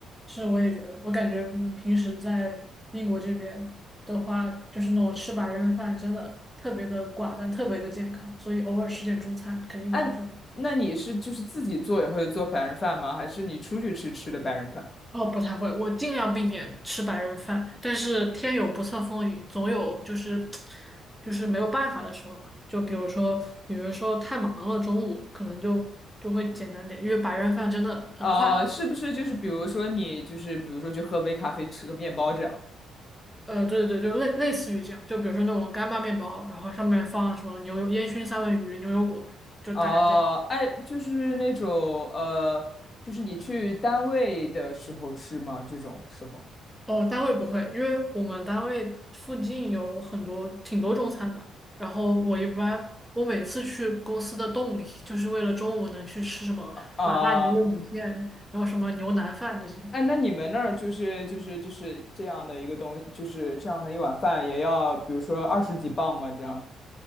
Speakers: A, in the centre; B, on the left (about 35°).
A: 是，我也觉得，我感觉嗯平时在英国这边的话，就是那种吃白人饭真的特别的寡淡，特别的健康，所以偶尔吃点中餐肯定没有什么。
B: 哎，那你是就是自己做也会做白人饭吗？还是你出去吃吃的白人饭？
A: 哦，不太会，我尽量避免吃白人饭，但是天有不测风云，总有就是就是没有办法的时候嘛。就比如说，有的时候太忙了，中午可能就就会简单点，因为白人饭真的很快。
B: 啊，是不是就是比如说你就是比如说去喝杯咖啡吃个面包这样？
A: 呃，对对对，就类类似于这样，就比如说那种干巴面包，然后上面放什么牛油烟熏三文鱼、牛油果，就大概这样。
B: 哦，哎，就是那种呃，就是你去单位的时候吃吗？这种时候
A: 哦，单位不会，因为我们单位附近有很多挺多中餐的。然后我一般，我每次去公司的动力就是为了中午能去吃什么麻辣牛肉米线，
B: 啊，
A: 然后什么牛腩饭这些。
B: 哎，那你们那儿就是就是就是这样的一个东，就是这样的一碗饭也要，比如说二十几磅吗？这样